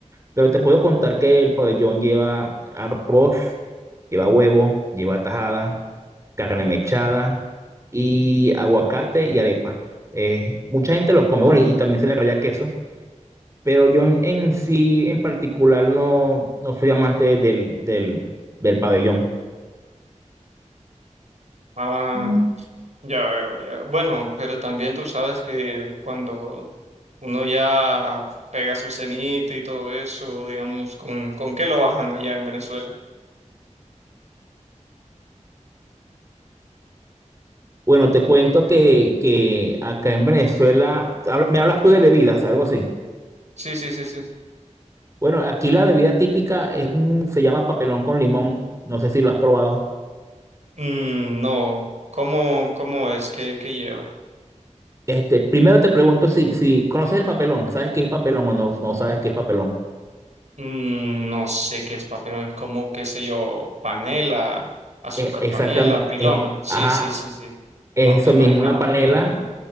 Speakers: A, on the right; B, on the right.
A: pero te puedo contar que el pabellón lleva arroz, lleva huevo, lleva tajada, carne mechada y aguacate y arepa. Eh, mucha gente lo come, bueno, y, también se le raya queso, pero yo en, en sí, en particular, no, no soy amante del, del, del pabellón.
B: Ah,
A: Mm.
B: ya veo. ya veo. Bueno, pero también tú sabes que cuando uno ya pega su cenita y todo eso, digamos, ¿con, con qué lo bajan allá en Venezuela?
A: Bueno, te cuento que, que acá en Venezuela, hab- me hablas tú de bebidas, algo así.
B: Sí, sí, sí, sí.
A: Bueno, aquí la bebida típica es un, se llama papelón con limón, no sé si lo has probado.
B: Mm, no, ¿cómo, cómo es? ¿Qué, qué lleva?
A: Este, primero te pregunto si, si conoces el papelón, ¿sabes qué es papelón o no, no sabes qué es papelón?
B: Mm, no sé qué es papelón, es como, qué sé yo, panela, azúcar
A: Eh, exactamente.
B: panela, pilón.
A: eh,
B: Sí,
A: ajá,
B: sí, sí, sí.
A: es
B: Ma- Me
A: eso
B: imaginaba.
A: mismo, una panela.